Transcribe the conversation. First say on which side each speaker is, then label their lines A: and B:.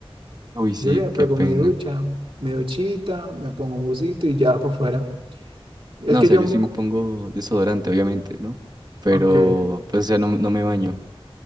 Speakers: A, on the right; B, on the right.
A: Uy, sí,
B: Yo sí me pego
A: qué pena.
B: mi ducha, mi duchita, me pongo un busito y ya para afuera. Es
A: No,
B: que
A: o sea,
B: yo,
A: yo sí me pongo desodorante, obviamente, ¿no? Pero,
B: ok,
A: pues, o sea, no, no me baño.